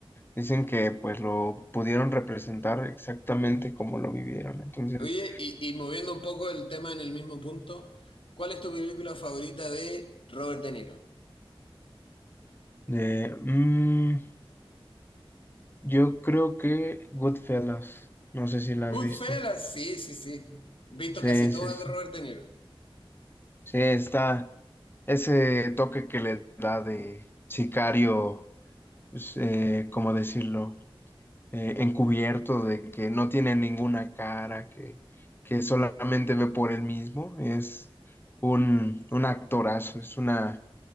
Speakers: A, on the left; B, on the left.
A: dicen que pues lo pudieron representar exactamente como lo vivieron. Entonces,
B: Oye, y, y moviendo un poco el tema en el mismo punto, ¿cuál es tu película favorita de Robert De Niro?
A: de, mm, yo creo que Goodfellas, no sé si la
B: Goodfellas,
A: has visto.
B: sí, sí, sí. Visto
A: Sí,
B: casi todas
A: sí, sí.
B: de Robert De Niro.
A: Sí, está ese toque que le da de sicario, pues, eh, ¿cómo decirlo? eh, encubierto, de que no tiene ninguna cara, que, que solamente ve por él mismo. Es un, un actorazo, es una,